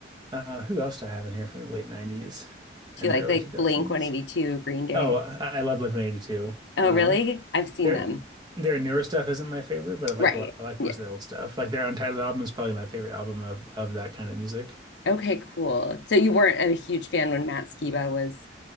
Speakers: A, on the right; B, on the left.
A: Uh who else do I have in here from the late 90s and
B: you like
A: early
B: like
A: 2000s?
B: Blink 182, Green Day?
A: Oh, I I love Blink-182.
B: Oh,
A: Um
B: really? I've seen
A: Their
B: them.
A: their newer stuff isn't my favorite, but I like
B: Right.
A: a lot, I like
B: Yeah.
A: most of their old stuff. Like their Untitled album is probably my favorite album of of that kind of music.
B: Okay, cool. So you weren't a huge fan when Matt Skiba was